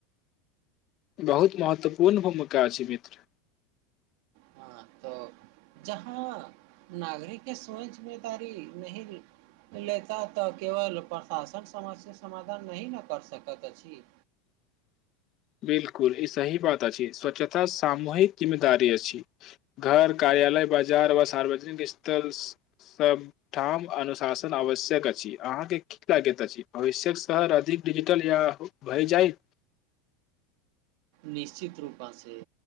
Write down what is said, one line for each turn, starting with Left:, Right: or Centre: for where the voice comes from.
Left: बहुत महत्वपूर्ण भूमिका छै मित्र
Right: हँ तऽ जहाँ नागरिकके सोच जिम्मेदारी नहि लेता तऽ केवल प्रशासन समास से समाधान नहि न कर सकत अछि
Left: <inaudible> बिल्कुल ई सही बात अछि स्व्छता सामूहिक जिम्मेदारी अछि घर का कार्यालय बाजार व सार्वजनिक स्थल सबठाम अनुशासन आवश्यक अछि अहाँके की लागैत अछि भविष्यक शहर अधिक डिजिटल या भय जाय
Right: निश्चित रूपा से